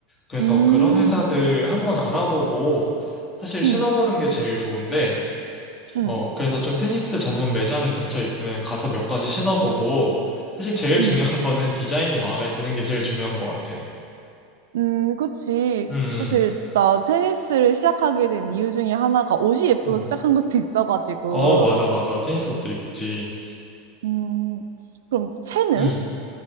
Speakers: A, on the left; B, on the right.
A: 그래서
B: 음,
A: 그런 회사들 한번 알아보고 사실 신어보는
B: 음,
A: 게 제일 좋은데
B: 음,
A: 어, 그래서 좀 테니스 전문 매장이 근처에 있으면 가서 몇 가지 신어보고, 사실 제일
B: 음.
A: 중요한 거는 디자인이 마음에 드는 게 제일 중요한 것 같아.
B: 음, 그치.
A: 음,
B: 사실, 나 테니스를 시작하게 된 이유 중에 하나가 옷이 예뻐서
A: 음.
B: 시작한 것도 있어가지고.
A: 어, 맞아, 맞아. 테니스 옷들 이쁘지.
B: 음, 그럼 채는?
A: 음,